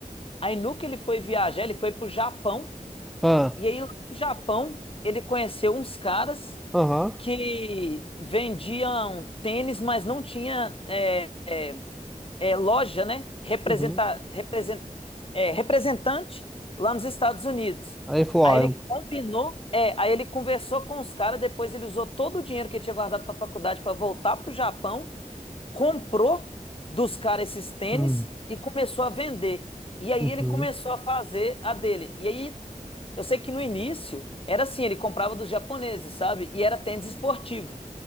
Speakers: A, on the left; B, in the centre.
A: Aí no que ele foi viajar, ele foi pro Japão.
B: Ah,
A: E aí lá no Japão, ele conheceu uns caras
B: aham,
A: que vendiam tênis, mas não tinha é, é, é, loja, né? Representa,
B: uhum.
A: represent, é, representante lá nos Estados Unidos.
B: Aí ele falou,
A: Aí
B: ah,
A: ele
B: eu.
A: combinou, é, aí ele conversou com os caras, depois ele usou todo o dinheiro que ele tinha guardado para a faculdade para voltar pro Japão, comprou dos caras esses tênis
B: Hum,
A: e começou a vender. E aí
B: uhum,
A: ele começou a fazer a dele. E aí eu sei que no início era assim, ele comprava dos japoneses, sabe? E era tênis esportivo,